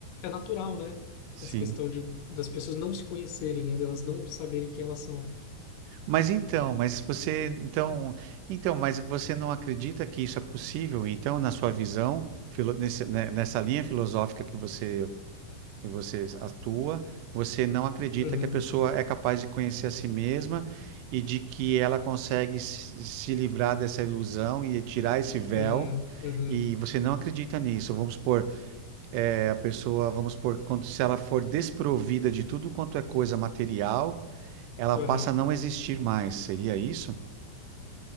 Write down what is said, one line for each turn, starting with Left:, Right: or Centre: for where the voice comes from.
Left: é natural, né?
Right: sim.
Left: Essa questão de das pessoas não se conhecerem, né, delas não saberem quem elas são.
Right: Mas então, mas você, então, então, mas você não acredita que isso é possível? Então, na sua visão, filo- nesse- né, nessa linha filosófica que você que você atua, você não acredita
Left: Uhum,
Right: que a pessoa é capaz de conhecer a si mesma e de que ela consegue se se livrar dessa ilusão e tirar esse véu?
Left: uhum, uhum,
Right: E você não acredita nisso? Vamos supor, é, a pessoa, vamos supor, quando, se ela for desprovida de tudo quanto é coisa material, ela
Left: aham,
Right: passa a não existir mais. Seria isso?